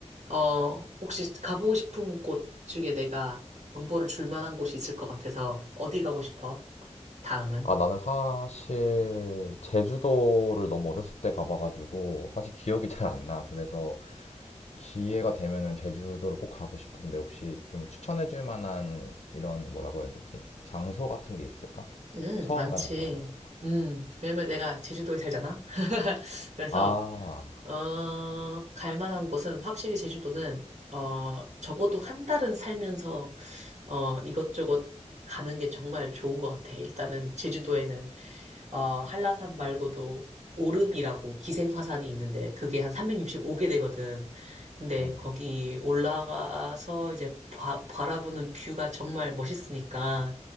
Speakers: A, on the right; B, on the left.
A: 어 혹시 가보고 싶은 곳 중에 내가 정보를 줄 만한 곳이 있을 것 같아서 어디 가고 싶어? 다음은?
B: 아, 나는 사실 제주도를 너무 어렸을 때 가봐가지고 사실 기억이 잘 안 나. 그래서 기회가 되면은 제주도를 꼭 가고 싶은데 혹시 좀 추천해줄 만한 이런 뭐라고 해야 되지? 장소 같은 게 있을까?
A: 음
B: 처음
A: 많지.
B: 가는 사람한테.
A: 음 왜냐면 내가 제주도에 살잖아. <laughs> 그래서
B: 아,
A: 어, 갈 만한 곳은 확실히 제주도는, 어, 적어도 한 달은 살면서, 어, 이것저것 가는 게 정말 좋은 것 같아. 일단은 제주도에는, 어, 한라산 말고도 오름이라고 기생화산이 있는데 그게 한 365개 되거든. 근데
B: 어,
A: 거기 올라가서 이제 바, 바라보는 뷰가 정말 멋있으니까